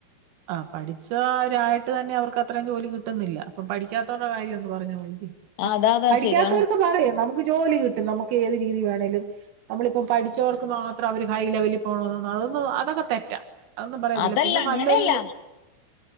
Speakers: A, on the right; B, on the left.
A: ആ പഠിച്ച ഒരായിട്ട് തന്നെ അവർക്ക് അത്രയും ജോലിും കിട്ടുന്നില്ല അപ്പൊ പഠിക്കാത്തവടെ കാര്യം ഒന്ന് പറഞ്ഞ പോല
B: ആഹ് അതാ അതാ
A: പഠിക്കാത്തവർക്ക്
B: ശരിയാണ്
A: പറയാം നമുക്ക് ജോലി കിട്ടും നമുക്ക് ഏത് രീതി വേണമേലും നമ്മളിപ്പം പഠിച്ചവർക്ക് മാത്രം അവര് ഹൈ ലെവലിൽ പോണ അതൊന്ന് അതൊക്കെ തെറ്റാം അതൊന്നും പറയത്തില്ല
B: അതല്ല
A: പിന്നെ
B: അങ്ങനെയല്ല
A: നല്ലൊരു